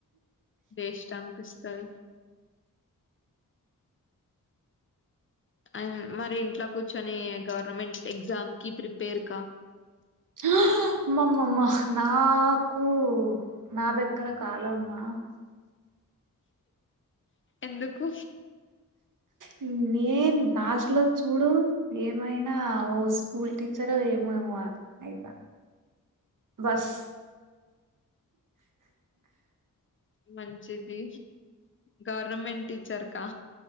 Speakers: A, on the left; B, on the right.
A: వేస్ట్ అనిపిస్తాది. అండ్ మరి ఇంట్లో కూర్చొని గౌర్నమెంట్స్ ఎగ్జామ్ కి ప్రిపేర్క.
B: ఆహ్. మ్మమ్మమ్మా నాకు నా దగ్గర కాదమ్మా.
A: ఎందుకు.
B: నేనే. నేన్ లాస్ట్ లో చూడు ఏమైనా ఓ స్కూల్ టీచర్ ఏమేమో అయిత. బస్.
A: మంచిది గౌర్నమెంట్ టీచర్ కా.